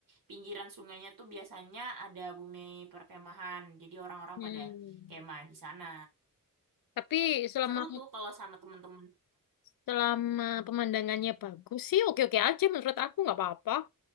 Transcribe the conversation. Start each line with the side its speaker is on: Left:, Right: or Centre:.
Right: pinggiran sungainya tuh biasanya ada bumi perkemahan. Jadi orang-orang
Left: Hmm.
Right: pada kemah di sana.
Left: Tapi selama
Right: Seru tuh kalau sama teman-teman.
Left: selama pemandangannya bagus sih, oke-oke aja menurut aku nggak apa-apa.